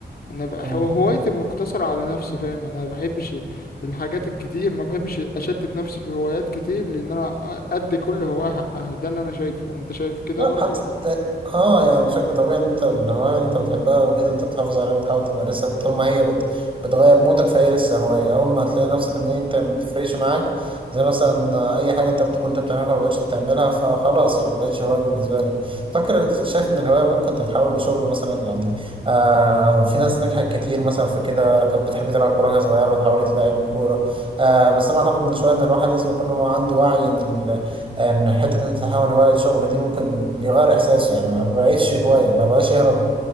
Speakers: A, on the left; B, on the right.
A: انا بقى
B: مم.
A: هو- هوايتي مقتصرة على نفسي فاهم انا ما بحبش الحاجات الكتير ما بحبش اشتت نفسي في هوايات كتير لان انا ادي كل هواية حقها ده اللي انا شايفه انت شايف كده
B: لا
A: برضو
B: حتى
A: ولا إيه؟
B: اه يعني بشكل طبيعي ان انت الهواية اللي انت بتحبها وكده انت بتحافظ عليها وبتحاول تمارسها ده طول ما هي بت... بتغير مودك فهي لسه هواية اول ما تلاقي نفسك ان انت ما بتفرقش معاك زي مثلا آه، اي حاجة انت بت- كنت بتعملها ما بقتش بتعملها فخلاص يعني ما بقتش هواية بالنسبة لك فاكر شايف ان الهواية ممكن تتحول لشغل مثلا يعني آه في ناس نجحت كتير مثلا في كده كانت بتحب تلعب كورة وهي صغيرة وتحولت لعيب الكورة آه بس انا اعتقد من شوية ان الواحد لازم يكون هو عنده وعي ان ان حته إن انت تحول هوايه لشغل دي ممكن يغير احساسه يعني ما بقتش هوايه ما بقاش يهرب